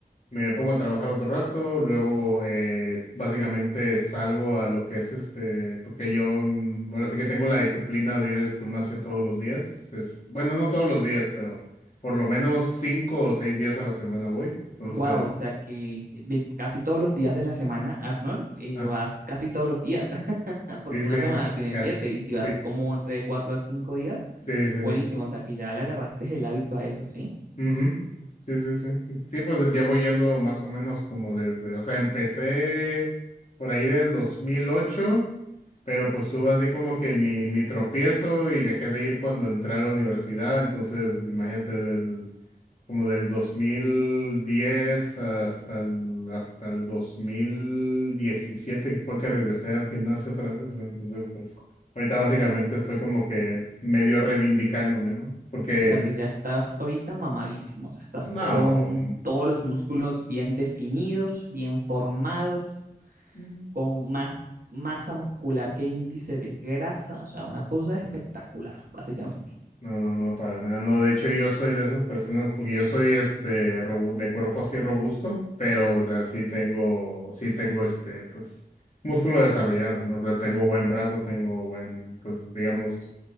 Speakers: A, on the left; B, on the right.
A: Me pongo a trabajar otro rato, luego eh, básicamente salgo a lo que es este, porque yo mm, ahora sí que tengo la disciplina de ir al gimnasio todos los días. este, bueno, no todos los días, pero por lo menos cinco o seis días a la semana voy. Entonces,
B: Wow, o sea que de casi todos los días de la semana, Arnold, eh,
A: ah,
B: vas casi todos los días, <laughs> porque
A: sí, sí,
B: una semana tiene
A: casi,
B: siete, y si
A: sí,
B: vas como entre cuatro a cinco días,
A: sí, sí.
B: buenísimo, o sea que ya le agarraste el hábito a eso, ¿sí?
A: sí, ujú, Sí, sí, sí. Sí, pues llevo yendo más o menos como desde, o sea, empecé por ahí del dos mil ocho Pero pues tuve así como que mi, mi tropiezo y dejé de ir cuando entré a la universidad. Entonces, imagínate, del, como del 2010 hasta el, hasta el 2017, que fue que regresé al gimnasio otra vez. ¿no? Entonces, pues ahorita básicamente estoy como que medio reivindicándome, ¿no? Porque,
B: O sea
A: el-
B: que ya estás ahorita mamadísimo, o sea, estás
A: no,
B: con todos los músculos bien definidos, bien formados,
A: mm,
B: con más masa muscular que índice de grasa, o sea, una cosa espectacular, básicamente.
A: No, no, no, para nada. No, de hecho yo soy de esas personas porque yo soy este robu- de cuerpo así robusto, pero o sea, sí tengo, sí tengo este, pues, músculo desarrollado, ¿no? O sea, tengo buen brazo, tengo buen, pues, digamos,